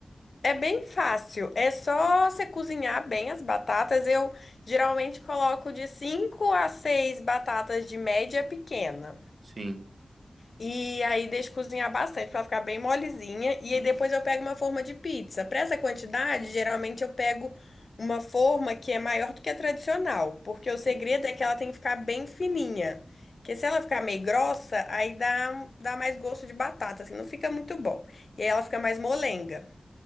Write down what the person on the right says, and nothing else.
Sim.
Uhum,
entendi.